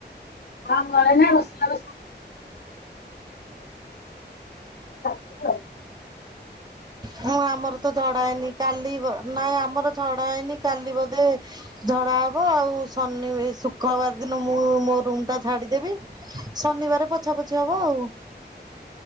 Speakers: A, on the left (about 65°); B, on the right (about 20°).
A: ହଁ ଘରେ ନା ବସିଲ <unintelligible>
B: ମୁଁ ଆମର ତ ଝଡା ହେଇନି କାଲି ନାଇଁ ଆମର ଝଡା ହେଇନି କାଲି ବ େ ଝଡା ହବ ଆଉ ଶନିବ ଶୁକ୍ରବାର ଦିନ ମୁଁ ମୋ ରୁମ୍ ଟା ଛାଡିଦେବି। ଶନିବାର ପୋଛା ପୋଛି ହବ ଆଉ।